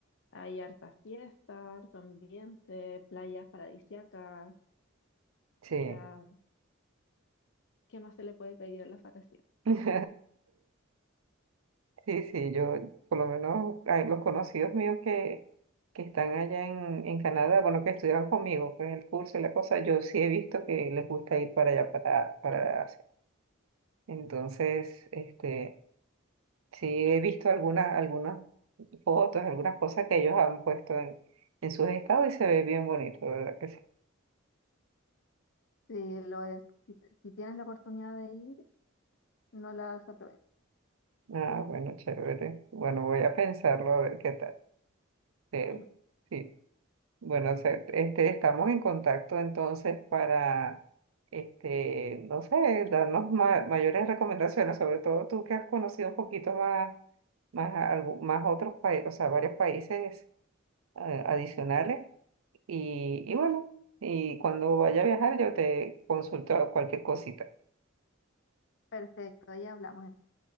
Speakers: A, on the left (about 60°); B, on the right (about 80°).
A: hay harta fiesta, harto ambiente, playas paradisíacas, o
B: Sí,
A: sea, ¿qué más se le puede pedir a las vacaciones?
B: <laughs> sí, sí, yo por lo menos hay los conocidos míos que, que están allá en, en Canadá, bueno, que estudiaron conmigo, pues el curso y la cosa, yo sí he visto que les gusta ir para allá, para, para Asia. Entonces, este, sí he visto algunas, algunas fotos, algunas cosas que ellos han puesto en, en sus estados y se ve bien bonito, de ¿verdad que sí?
A: Sí, lo es. Si, si tienes la oportunidad de ir, no la desaproveches.
B: Ah, bueno, chévere. Bueno, voy a pensarlo a ver qué tal. Eh,
A: Ujú.
B: sí. Bueno, se- este, estamos en contacto entonces para, este, no sé, darnos ma- mayores recomendaciones, sobre todo tú que has conocido un poquito más, más, algu- más otros países, o sea, varios países eh, adicionales. Y, y bueno, y cuando vaya a viajar yo te consulto cualquier cosita.
A: Perfecto, ahí hablamos entonces.